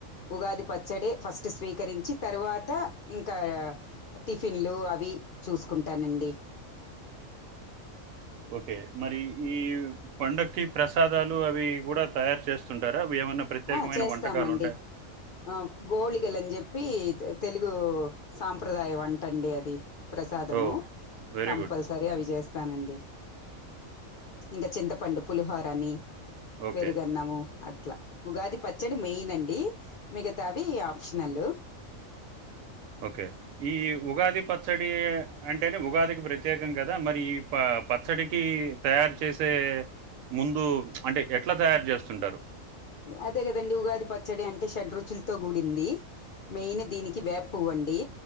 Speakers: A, on the left; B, on the right.
A: ఉగాది పచ్చదే ఫస్ స్వీకరించి తరువాత ఇంకా టిఫిన్లు అవి చూసుకుంటానండి
B: ఓకే. మరి ఈ పండక్కి ప్రసాదాలు అవి కూడా తయారు చేస్తుంటారా ఏమన్నా ప్రత్యేకమైన
A: ఆ చేస్తామండి
B: వంటకాలు ఉంటయ
A: ఆ బోళగలుని చెప్పి తెలుగు సాంప్రదాయం అంటండి అది ప్రసాదము
B: ఓహ్! Very
A: కంపల్సరీ
B: good.
A: అవి చేస్ తానండి ఇంకా చింతపండు పులిహోరని
B: ఓకే.
A: పెరుగన్నము అట్లా ఉగాది పచ్చడి మెయిన్ అండి మిగాతావి ఆప్షనల్
B: ఓకే ఈ ఉగాది పచ్చడి అంటేనే ఉగాదికి ప్రత్యేకం కదా మరి ఈ ప పచ్చడికి తయారు చేసే ముందు అంటే ఎట్లా తయారు చెస్తుంటారు
A: అధేగదండి ఉగాది పచ్చడి అం టే షడ్రుచులతో కూడింది మెయిన్ దీనికి వేప పువ్వండి